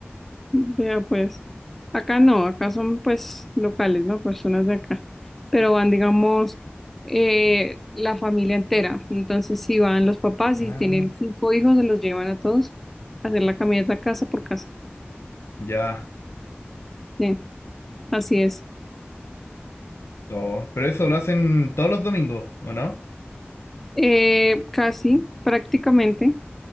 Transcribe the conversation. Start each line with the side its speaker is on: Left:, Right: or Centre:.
Centre: Vea, pues, acá no, acá son pues locales, ¿no? Personas de acá, pero van, digamos, eh, la familia entera. Entonces, si van los papás
Left: Ah,
Centre: y tienen cinco hijos, se los llevan a todos a hacer la caminata casa por casa.
Left: ya.
Centre: Sí, así es.
Left: Oh, pero eso lo hacen todos los domingos, ¿o no?
Centre: Eh, casi, prácticamente.